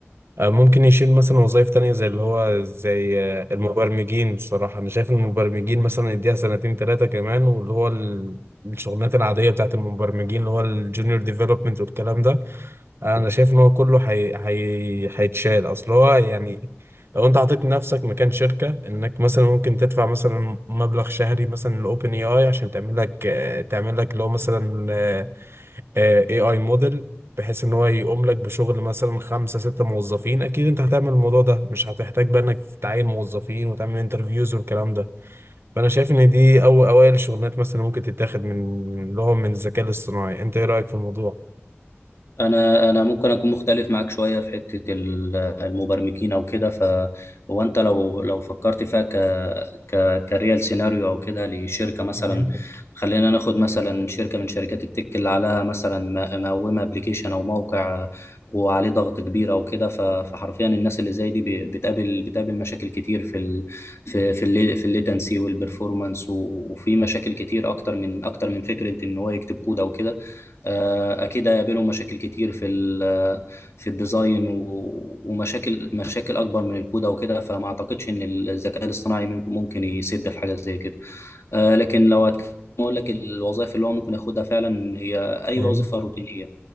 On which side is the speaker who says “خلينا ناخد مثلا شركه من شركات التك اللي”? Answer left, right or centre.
Left